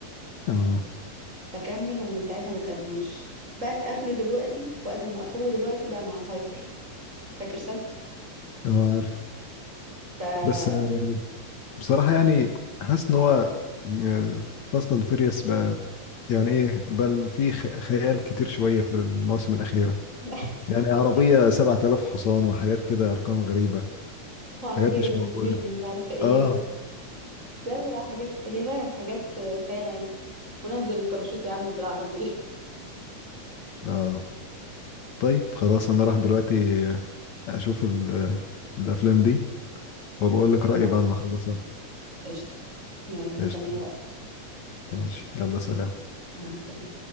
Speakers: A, on the left; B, on the right.
A: اه
B: فكمل ومن ساعتها ما تقابلوش بقى تقابله دلوقتي وقت ما اخوه دلوقتي بقى مع سايفر فاكر
A: اه عارف
B: سايفر
A: بس بصراحة يعني حاسس ان هو فاست اند فيريوس بقى يعني ايه بل في خ- خيال كتير شوية في المواسم الأخيرة
B: <laughs>
A: يعني
B: انا
A: عربية
B: كده كده
A: 7000 حصان وحاجات كده أرقام غريبة
B: وعربية
A: حاجات مش
B: بتطير
A: موجودة
B: من مش عارفة ايه
A: اه
B: و... لا لا لا، حاجات هي فعلا حاجات خيال علمي ونزل الباراشوت يا عم بالعربية <laughs>
A: اه طيب خلاص أنا راح دلوقتي آه، أشوف ال- الأفلام دي وبقول لك
B: اتفرج
A: رأيي
B: على
A: بعد
B: التاسع
A: ما أخلصها
B: قشطة يلا مستنية
A: قشطة
B: رأيك
A: ماشي يلا سلام
B: مع السلامة